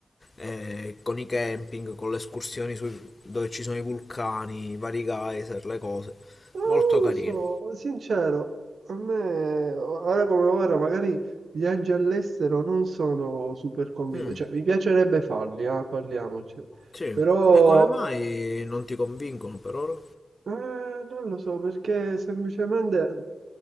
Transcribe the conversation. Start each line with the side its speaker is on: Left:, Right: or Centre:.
Left: eh, con i camping, con le escursioni sui- dove ci sono i vulcani, i vari geyser, le cose.
Right: Ma Non
Left: Molto carino.
Right: lo so, sincero, a me, ora come ora, magari viaggi all'estero non sono super convinto,
Left: Mm,
Right: cioè mi piacerebbe farli, ah, parliamoci,
Left: sì.
Right: però
Left: E come mai non ti convincono per ora?
Right: Eh, non lo so perché semplicemente